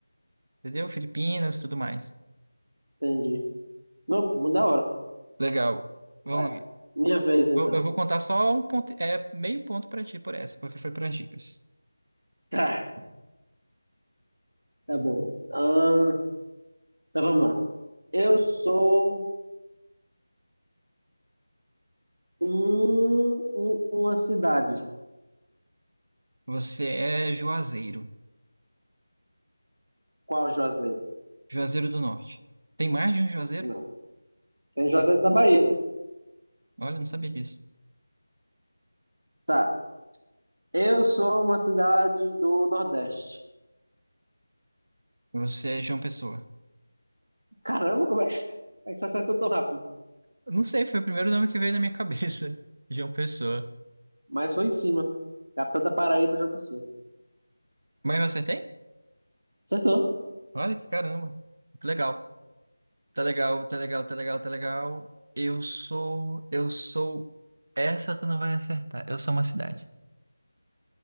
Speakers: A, on the right; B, on the right.
A: entendeu? Filipinas, tudo mais.
B: Entendi. Não, muito da hora.
A: Legal. Vamos
B: Vai.
A: lá.
B: Minha vez, então.
A: Eu eu vou contar só um ponto, é meio ponto pra ti por essa, porque foi para dicas.
B: Tá, tá bom. Ah, então vamos lá. Eu sou um, um- uma cidade.
A: Você é Juazeiro.
B: Qual Juazeiro?
A: Juazeiro do Norte. Tem mais de um Juazeiro?
B: Não. Tem Juazeiro da Bahia, né?
A: Olha, eu não sabia disso.
B: Tá. Eu sou uma cidade do Nordeste.
A: Você é João Pessoa.
B: Caramba, como é que, como é que você acertou tão rápido?
A: Eu Não sei, foi o primeiro nome que veio na minha cabeça. <laughs> João Pessoa.
B: Mas foi em cima. Capital da Paraíba, João Pessoa.
A: Mas eu acertei?
B: Acertou.
A: Olha que caramba. Que legal. Tá legal, tá legal, tá legal, tá legal. Eu sou. Eu sou. Essa tu não vai acertar. Eu sou uma cidade.